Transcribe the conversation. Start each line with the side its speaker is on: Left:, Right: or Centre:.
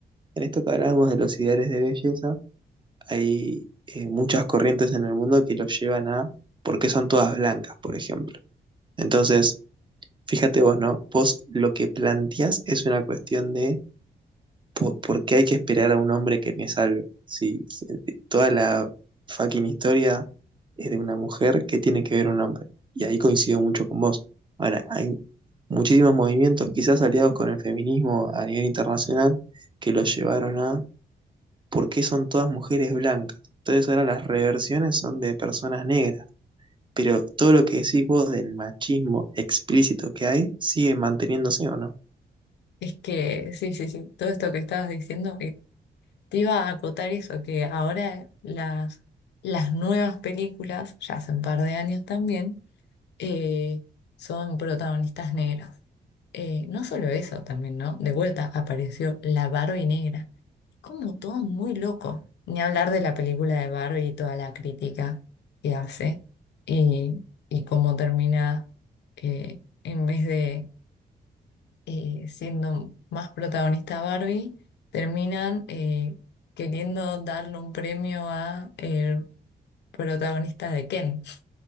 Right: En esto que hablábamos de los ideales de belleza, hay eh, muchas corrientes en el mundo que los llevan a por qué son todas blancas, por ejemplo. Entonces, fíjate vos, ¿no? Vos lo que planteás es una cuestión de po- por qué hay que esperar a un hombre que me salve. Si, si eh, toda la fucking historia es de una mujer, ¿qué tiene que ver un hombre? Y ahí coincido mucho con vos. Ahora, hay muchísimos movimientos, quizás aliados con el feminismo a nivel internacional, que los llevaron a porque son todas mujeres blancas. Entonces ahora las reversiones son de personas negras. Pero todo lo que decís vos del machismo explícito que hay sigue manteniéndose o no.
Left: Es que, sí, sí, sí, todo esto que estabas diciendo, eh, te iba a acotar eso, que ahora las, las nuevas películas, ya hace un par de años también, eh, son protagonistas negras. Eh, no solo eso también, ¿no? De vuelta apareció la Barbie negra. Como todo muy loco. Ni hablar de la película de Barbie y toda la crítica que hace y, y cómo termina eh, en vez de eh, siendo más protagonista Barbie, terminan eh, queriendo darle un premio a el protagonista de Ken.